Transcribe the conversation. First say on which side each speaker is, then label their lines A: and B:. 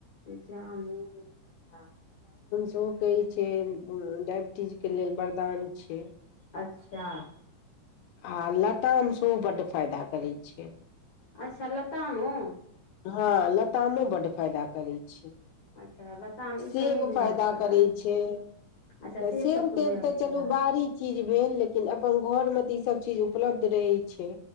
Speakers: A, on the left; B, on the left.
A: जामुन आ
B: ओ कहैय छै डाइबिटीजके लेल वरदान छै
A: अच्छा
B: आ लताम सेहो बड्ड फायदा करैत छै
A: अच्छा लतामो
B: हँ लतामो बड्ड फायदा करै छै
A: अच्छा लताम ई
B: सेब
A: सब नहि बुझायल
B: फायदा
A: छलए
B: करै छैय।
A: अच्छा
B: तऽ सेब
A: सब
B: तेब
A: बुझल
B: तऽ चलू
A: छलए
B: बाहरी चीज भेल लेकिन अपन घरमे तऽ ईसब चीज उपलब्ध रहै छैय।